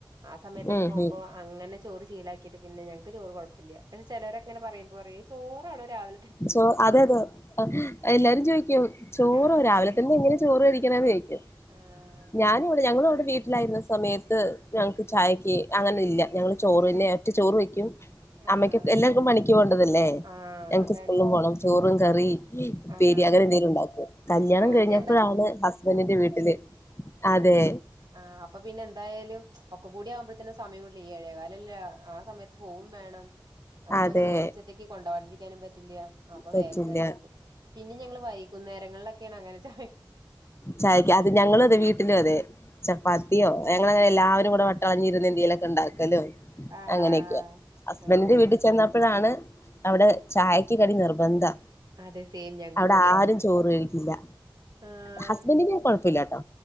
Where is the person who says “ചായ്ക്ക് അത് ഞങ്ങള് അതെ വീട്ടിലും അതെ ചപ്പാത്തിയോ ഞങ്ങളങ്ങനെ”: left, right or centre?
Left